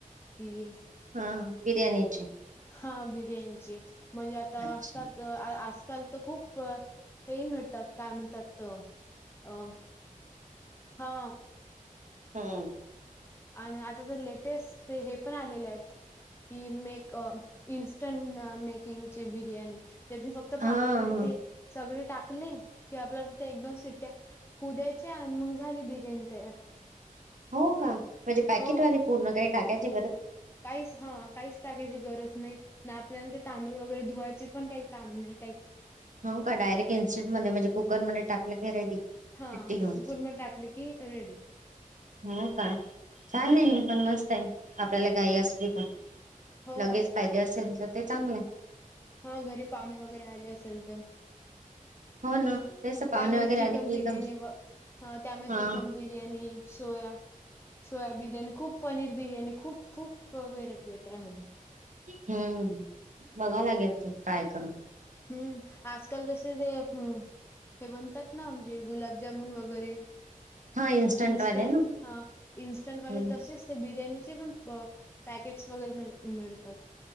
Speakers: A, on the left; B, on the right.
A: कि हेच?
B: हा बिर्याणीची?
A: हा बिर्याणीची म्हणजे आता
B: अच्छा
A: असत आजकाल तर खूप हे मिळत. त्यात काय म्हणतात अ? हा
B: हम.
A: आणि आता तर लेटेस्ट ते हे पण आलेले आहेत की मेक. अ इन्स्टन मेकिंगची बिर्याणी? त्यात फक्त
B: हा
A: पाण्यामध्ये
B: हा
A: ते सगळे टाक? टाकले की आपल्याला फक्त एक दोन सिट्ट्या होऊ द्यायच्या आणि मग झाली बिर्याणी तयार.
B: हो का म्हणजे पॅकेटवाले
A: हो
B: पूर्ण काही टाकायचे.
A: काहीच हा काहीच टाकायची गरज नाही. ना आपल्याला ते तांदूळ वगैरे धुवायचे पण काही काम नाही काहीच?
B: हो का डायरेक्ट इन्स्टंट मध्ये म्हणजे कुकरमध्येध्ये टाकलं की रेडी
A: हा
B: सिट्टी घेऊन.
A: कुकर म टाकले की रेडी?
B: हो का छान
A: हम्म
B: आहे पण मस्त आहे आपल्याला गाई असली पण.
A: हो
B: लगेच फायदे असेल तर ते चांगलं आहे.
A: हा घरी पाहुणे वगैरे आले असेल तर
B: हो ना. तेच पाहुणे
A: त्यामध्ये
B: वगैरे
A: चिकन
B: आले की
A: बिर्याणी
B: एकदम
A: व त्यामध्ये
B: हा
A: chicken biryani soya. Soya biryani खूप पनीर बिर्याणी खूप खूप व्हरायटी आहे त्यामध्ये
B: हम्म बघाव लागेल ते ट्राय करून.
A: हम्म आजकाल जसे ते हं. हे बनतात ना म्हणजे गुलाबजामुन वगैरे.
B: हा इन्स्टंट
A: इंस्टंट
B: वाले
A: हा इंस्टंट
B: ना
A: वाले तसेच बिर्यानी. त्याचे पण पॅकेटस वगैरे मिळतात.